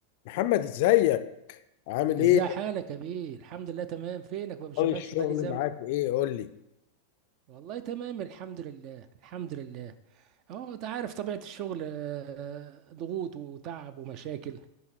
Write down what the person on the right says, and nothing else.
ازاي
حالك يا بيه الحمد لله تمام فينك ما بشوفكش
بقالي زمن
والله تمام الحمد لله الحمد لله اهو انت عارف طبيعة الشغل آه، ضغوط وتعب ومشاكل